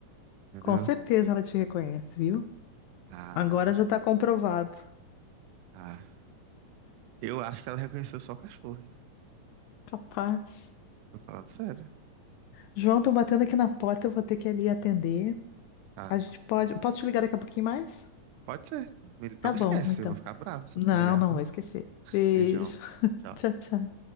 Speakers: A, on the right; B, on the left.
A: entendeu?
B: com certeza ela te reconhece, viu?
A: Ah,
B: Agora já tá comprovado.
A: ah. Eu acho que ela reconheceu só o cachorro, hein?
B: Capaz.
A: Tô falando sério.
B: João, tô batendo aqui na porta, eu vou ter que ir ali atender.
A: Ah,
B: A gente pode. Posso te ligar daqui a pouquinho mais?
A: pode ser. Me- Não
B: Tá bom,
A: esquece,
B: então.
A: eu vou ficar bravo se
B: Não,
A: não me ligar,
B: não
A: viu?
B: vou esquecer. Beijo.
A: Beijão.
B: <laughs>
A: Tchau.
B: Tchau, tchau.